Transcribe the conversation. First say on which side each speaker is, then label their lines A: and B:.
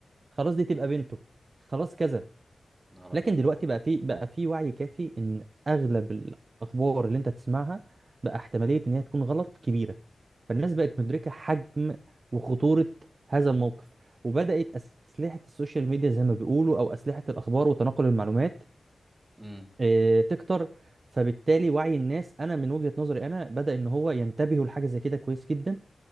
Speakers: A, on the right; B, on the right.
A: خلاص دي تبقى بنته خلاص كذا
B: نهار
A: لكن
B: ابيض
A: دلوقتي بقى في بقى في وعي كافي إن أغلب الأخبار اللي أنت تسمعها بقى احتمالية إن هي تكون غلط كبيرة فالناس بقت مدركة حجم وخطورة هذا الموقف وبدأت أسلحة السوشيال ميديا زي ما بيقولوا أو أسلحة الأخبار وتناقل المعلومات
B: امم
A: آه، تكتر فبالتالي وعي الناس أنا من وجهة نظري أنا بدأ إن هو ينتبهوا لحاجة زي كده كويس جدا